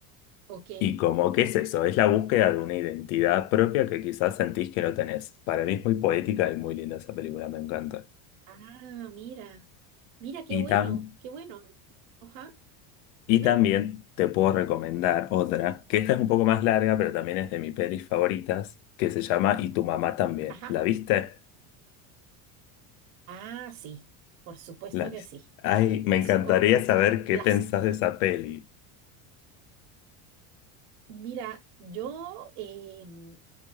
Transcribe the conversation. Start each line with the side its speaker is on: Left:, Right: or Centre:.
Right: Ok.
Left: Y como, ¿qué es eso? Es la búsqueda de una identidad propia que quizás sentís que no tenés. Para mí es muy poética y muy linda esa película, me encanta.
Right: Ah, mira. Mira, qué
Left: Y,
Right: bueno,
Left: tam-
Right: qué bueno. Ajá. Dime.
Left: y también te puedo recomendar otra, que esta es un poco más larga, pero también es de mis pelis favoritas, que se llama Y tu mamá también.
Right: Ajá.
Left: ¿La viste?
Right: Ah, sí. Por supuesto
Left: La-
Right: que sí.
Left: Ay, me
Right: Es
Left: encantaría
Right: como un
Left: saber qué
Right: clásico.
Left: pensás de esa peli.
Right: Mira, yo em,